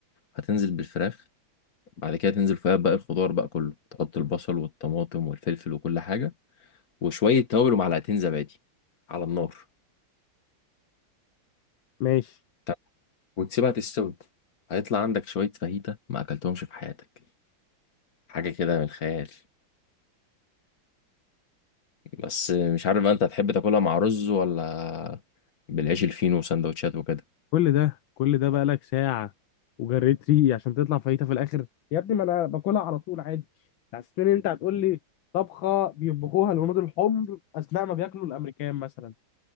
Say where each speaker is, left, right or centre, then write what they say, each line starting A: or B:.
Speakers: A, on the left; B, on the left.
A: هتنزل بالفراخ بعد كده تنزل فيها باقي الخضار بقى كله تحط البصل والطماطم والفلفل وكل حاجة وشوية توابل ومعلقتين زبادي على النار
B: ماشي
A: طب وتسيبها تستوي هيطلع عندك شوية فاهيتا ما أكلتهمش في حياتك حاجة كده من الخيال بس مش عارف بقى أنت هتحب تاكلها مع رز ولا بالعيش الفينو وسندوتشات وكده
B: كل ده كل ده بقى لك ساعة وجريت ريقي عشان تطلع فايتة في الآخر يا ابني ما انا باكلها على طول عادي حسيت ان انت هتقول لي طبخه بيطبخوها الهنود الحمر اثناء ما بياكلوا الامريكان مثلا